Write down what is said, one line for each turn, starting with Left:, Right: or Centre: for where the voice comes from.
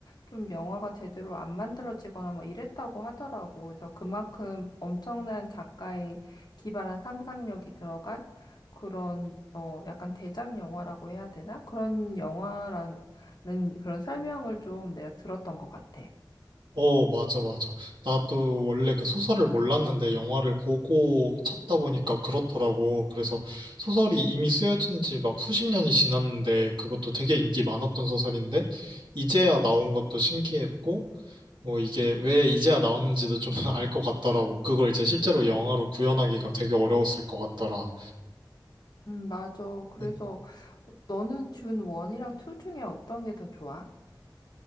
Left: 좀 영화가 제대로 안 만들어지거나 막 이랬다고 하더라고. 그래서 그만큼 엄청난 작가의 기발한 상상력이 들어간 그런 어 약간 대작 영화라고 해야 되나? 그런 영화라는 그런 설명을 좀 내가 들었던 것 같아.
Right: 어, 맞아, 맞아. 나도 원래 그 소설을 몰랐는데 영화를 보고 찾다 보니까 그렇더라고. 그래서 소설이 이미 쓰여진 지 막 수십 년이 지났는데 그것도 되게 인기 많았던 소설인데 이제야 나온 것도 신기했고 뭐 이게 왜 이제야 나왔는지도 좀 알 것 <laughs> 같더라고. 그걸 이제 실제로 영화로 구현하기가 되게 어려웠을 것 같더라.
Left: 음, 맞아. 그래서
Right: 뭐
Left: 너는 준 1이랑 2 중에 어떤 게 더 좋아?